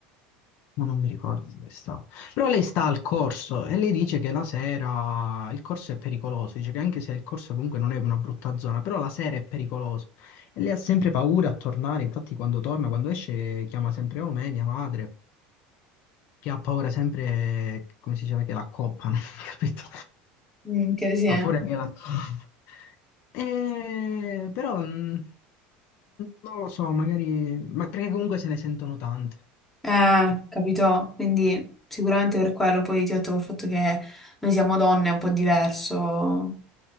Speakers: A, on the left (about 60°); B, in the centre.
A: Ma non mi ricordo dove sta. Però lei sta al corso e lei dice che la sera il corso è pericoloso. Dice che anche se il corso comunque non è una brutta zona, però la sera è pericoloso. E lei ha sempre paura a tornare. Infatti, quando torna, quando esce, chiama sempre o me, mia madre, che ha paura sempre, come si dice, che la coppano, <laughs> capito?
B: Mm, che sì, eh.
A: Ha paura che la coppano. Eh, però mm, non lo so, magari, ma perché comunque se ne sentono tante.
B: Eh,
A: capito?
B: capito? Quindi sicuramente per quello, poi ti ho detto col fatto che noi siamo donne è un po' diverso.